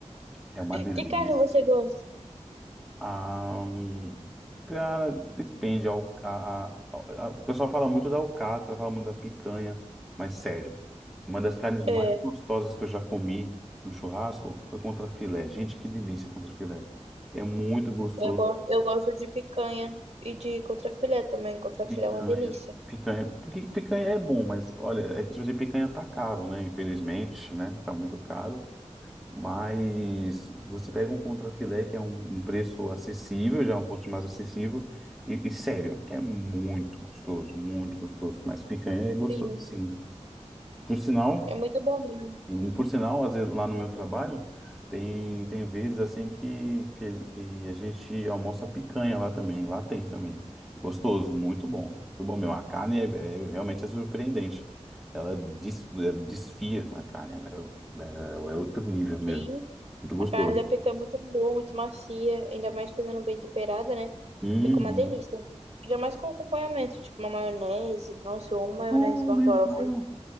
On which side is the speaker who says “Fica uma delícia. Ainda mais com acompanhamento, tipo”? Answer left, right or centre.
Right